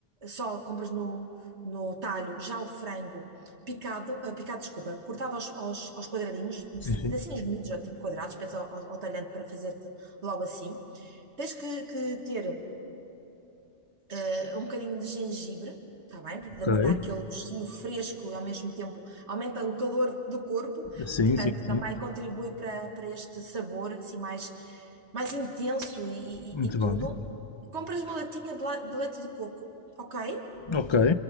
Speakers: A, on the right; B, on the left.
A: só compras no, no talho já o frango picado, ah, picado, desculpa, cortado aos, aos, aos quadradinhos, em
B: Sim, sim.
A: pedacinhos miúdos, ou tipo quadrados, depois ao, ao, ao talhante para fazer-te logo assim. Tens que, que ter ah, um bocadinho de gengibre, está bem? Porque também
B: Ok.
A: dá aquele gostinho fresco e ao mesmo tempo aumenta o calor do corpo,
B: Sim,
A: portanto
B: sim, sim.
A: também contribui para, para este sabor assim mais, mais intenso e,
B: Muito
A: e- e
B: bem.
A: tudo. Compras uma latinha de, la- de leite de coco, ok?
B: Ok.